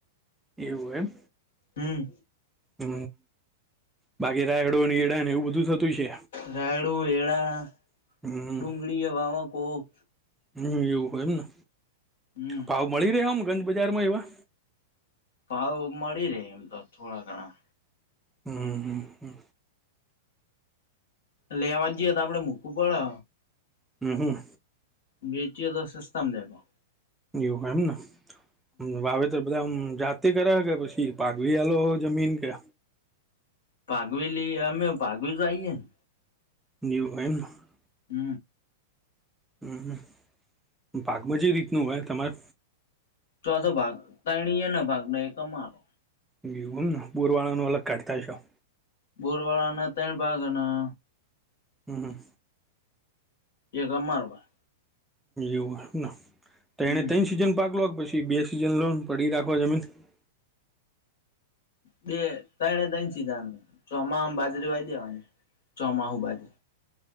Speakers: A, in the centre; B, on the left (about 65°).
A: એવું એમ.
B: હમ.
A: હ, બાકી રાયડોની એડા ને એવું બધું થતું છે
B: રાયડું એળા,
A: હમ
B: ડુંગળી એ વાવે કોક.
A: હમ એવું હોય એમને,
B: હમ
A: ભાવ મળી રહ આમ ગંજ બજારમાં એવા?
B: ભાવ મળી રહેે એમ તો થોડા ઘણા.
A: હમ હમ હમ.
B: લેવા જઈએ તો આપડે મુકવું પડે.
A: હમ હમ.
B: બેચીએ તો સસ્તામાં દેગા.
A: એવું એમને, વાવેતર બધામ જાત તી કર કે પછી પાકવી આલો જમીન કે?
B: પાઘવેલી અમે પાઘવી જઈએ ને.
A: યુ એન <unintelligible>
B: હ.
A: હમ, પાકમાં જે રીતનું હોય તમાર
B: ચોથો ભાગ તણી એ નો ભાગ ન એક મારો.
A: એવુ એમને બૂરવાળાનુ અલગ કાઢતા હ છો.
B: બોરવાળાના ત્રણ ભાગના
A: હમ હ.
B: એક અમારો ભાગ.
A: એવું એમને ત્રણ
B: હમ
A: એ ત્રણ સીઝન પાગલો પછી બે સીઝન લોન પડી રાખો જમીન આવું નથી ને?
B: બે તને તન સીધાને ચોમા બાજરી આવીઈ દેવાની. ચોમાંહું બાજે.